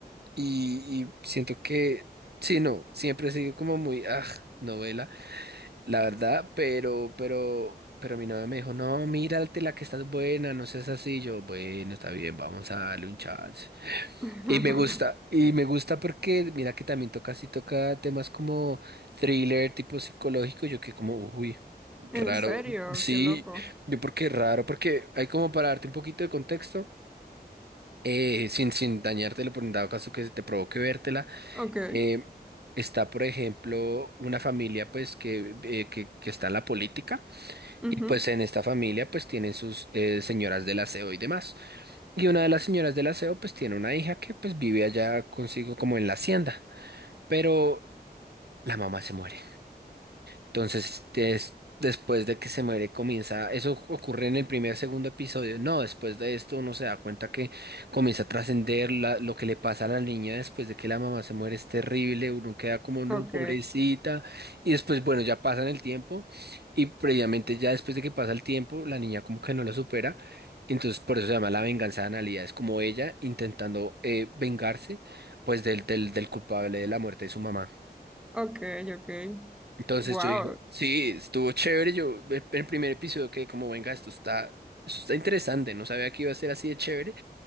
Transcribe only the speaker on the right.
y, y siento que, sí, no, siempre he sido como muy, ah, novela, la verdad, pero, pero, pero mi novia me dijo, no, mírate la que estás buena, no seas así, yo, bueno, está bien, vamos a darle un chance.
Y me gusta, y me gusta porque, mira que también toca, sí toca temas como thriller, tipo psicológico, yo que como, uy.
Raro,
sí,
yo porque raro, porque hay como para darte un poquito de contexto eh, sin, sin dañártelo, por en dado caso que te provoque vértela,
eh, está, por ejemplo, una familia pues que, eh, que, que está en la política
y pues en esta familia pues tienen sus eh, señoras del aseo y demás. Y una de las señoras del aseo pues tiene una hija que pues vive allá consigo como en la hacienda, pero la mamá se muere. Entonces, es- después de que se muere, comienza, eso ocurre en el primer, segundo episodio. No, después de esto uno se da cuenta que comienza a trascender la- lo que le pasa a la niña después de que la mamá se muere es terrible, uno queda como, no,
pobrecita. Y después, bueno, ya pasan el tiempo y previamente ya después de que pasa el tiempo, la niña como que no lo supera. Entonces, por eso se llama la venganza de Analía. Es como ella intentando eh, vengarse, pues, del, del, del culpable de la muerte de su mamá.
Entonces
yo dije, sí, estuvo chévere. Yo en el primer episodio quedé como, venga, esto está, esto está interesante. No sabía que iba a ser así de chévere.